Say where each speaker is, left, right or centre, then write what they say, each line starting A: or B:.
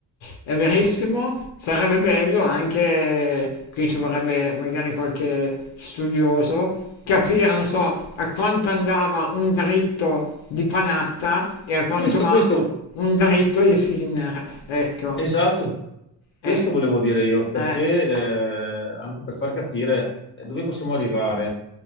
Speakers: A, on the left; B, on the left.
A: è verissimo, sarebbe bello anche, qui ci vorrebbe magari qualche studioso, capire, non so, a quanto andava un dritto di Panatta e a quanto
B: Questo,
A: Mm. va
B: questo,
A: un dritto di Sinner, ecco,
B: esatto, questo
A: eh,
B: volevo dire io, perché
A: eh,
B: eh, anche per far capire eh, dove possiamo arrivare,